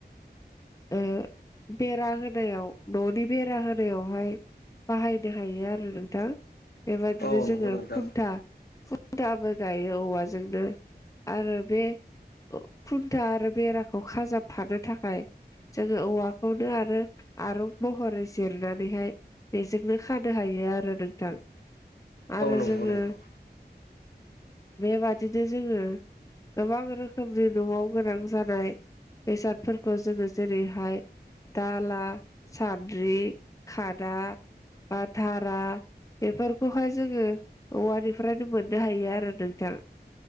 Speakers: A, on the left; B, on the left.
A: ओ बेरा होनायाव न'नि बेरा होनायावहाय बाहायनो हायो आरो नोंथां बेबायाददिनो
B: औ
A: जोङो
B: नंगौ नोंथां
A: खुन्था खुन्थाबो गायो औवाजोंनो आरो बे खुन्था आरो बेराखौ खाजाबफानो थाखाय जोङो औवाखौनो आरो आरुं महरै जिरनानैहाय बेजोंनो खानो हायो आरो नोंथां आरो
B: औ नंगौ
A: जोङो
B: नोंथां
A: बेबादिनो जोङो गोबां रोखोमनि न'आव गोनां जानाय बेसादफोरखौ जोङो जेरैहाय दाला सान्द्रि खादा धारा बेफोरखौहाय जोङो औवानिफ्रायनो मोननो हायो आरो नोंथां।